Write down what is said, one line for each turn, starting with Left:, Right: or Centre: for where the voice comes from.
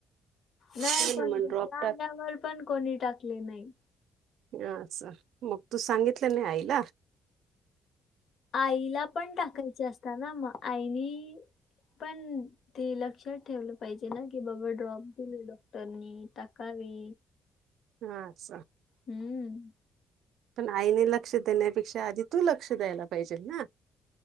Left: नाही
Right: हो
Left: पण
Right: ना मग
Left: घरी
Right: ड्रॉप
Left: आल्यावर
Right: टाक
Left: पण कोणी टाकले नाही.
Right: हा असं मग तू सांगितलं नाही आईला,
Left: आईला पण टाकायचे असतात ना मग आईनी, पण ती लक्षात ठेवलं, पाहिजे ना की बाबा ड्रॉप दिले डॉक्टरनी टाकावी,
Right: हा‌ अस,
Left: हम्म
Right: पण आईने लक्ष देण्यापेक्षा आधी तू लक्ष द्यायला पाहिजेल ना.